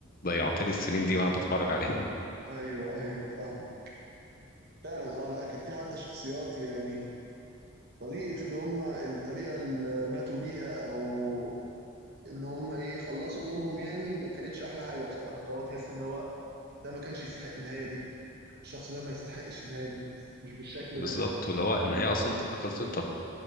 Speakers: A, on the left; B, on the right.
A: ضيعت لي السنين دي وانا بتفرج عليها
B: ايوه ايوه فاهم فعلا اه لا كان في حتى شخصيات يعني طريقة اللي هم الطريقة اللي ماتوا بيها او ان هم ايه خلصوا دورهم يعني ما كانتش احلى حاجة بصراحة اللي هو تحس ان هو ده ما كانش يستحق النهاية دي الشخص ده ما يستحقش النهاية دي بس مش بالشكل
A: <laughs> بالظبط
B: ده
A: واللي هو النهايه اصلا خلصت طب